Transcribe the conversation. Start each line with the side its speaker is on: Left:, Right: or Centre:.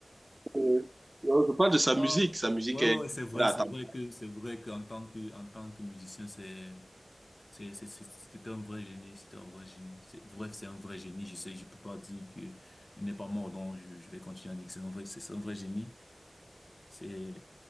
Right: euh, Je parle de sa
Left: Non,
Right: musique. Sa musique
Left: ouais,
Right: est,
Left: ouais, ouais, c'est vrai,
Right: elle a
Left: c'est
Right: attendu.
Left: vrai que, c'est vrai qu'en tant que, en tant que musicien, c'est, c'est, c'est, c'est- c'était un vrai génie, c'était un vrai génie. C'est vrai que c'est un vrai génie, je sais, je peux pas dire que il n'est pas mort, donc je, je vais continuer à dire que c'est un vrai, c'est un vrai génie. C'est,